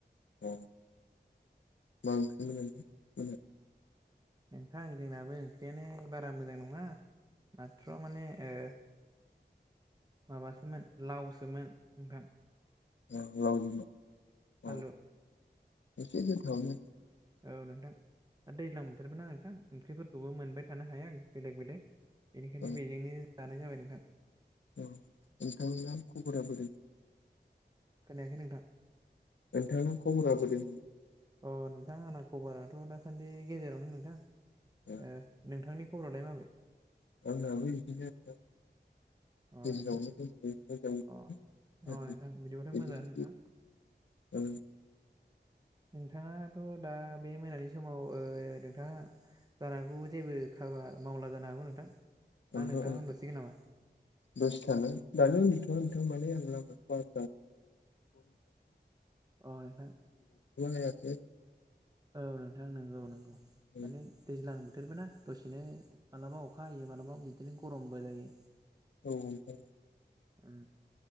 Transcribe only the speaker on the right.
नोंथां जोंनाबो ओंख्रियानो बारा मोजां नङा माथ्र माने ओ माबासोमोन लावसोमोन नोंथां-
आलु
औ नोंथां दा दैज्लां बोथोरबो ना नोंथां ओंख्रिफोरखौबो मोनबाय थानो हाया बेलेग बेलेग बेनिखायनो
बेजोंनो जानाय जाबाय नोंथां।
खोनायाखै नोंथां
अ नोंथां आंना खबराथ' दासान्दि गेजेरावनो नोंथां नोंथांनि
ओ नोंथांनि खबरालाय माबोरै?
अ
नोंथां
अ
अ नोंथां बिदिबाथ'
मोजाङानो नोंथां
नोंथाङाथ' दा बे मोनानि समाव ओ नोंथाङा जानो हागौ जेबो हाबा मावला जानो हागौ नोंथां? ना
नोंथां
होनथ'सिगोन नामा
अ नोंथां
औ नोंथां नंगौ नंगौ
माने दैज्लां बोथोरबो ना दसेनो मालाबा अ खा हायो मालाबा बिदिनो गरमबो जायो।
उम